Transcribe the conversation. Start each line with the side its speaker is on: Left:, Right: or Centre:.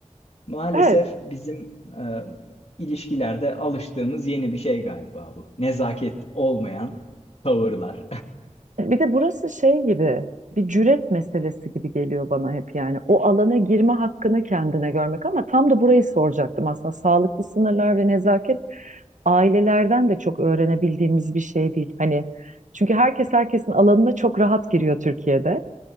Left: Maalesef
Right: Evet,
Left: bizim e, ilişkilerde alıştığımız yeni bir şey galiba bu. Nezaket olmayan tavırlar.
Right: Bir de burası şey gibi bir cüret meselesi gibi geliyor bana hep yani. O alana girme hakkını kendine görmek ama tam da burayı soracaktım aslında. Sağlıklı sınırlar ve nezaket ailelerden de çok öğrenebildiğimiz bir şey değil. Hani çünkü herkes herkesin alanına çok rahat giriyor Türkiye'de.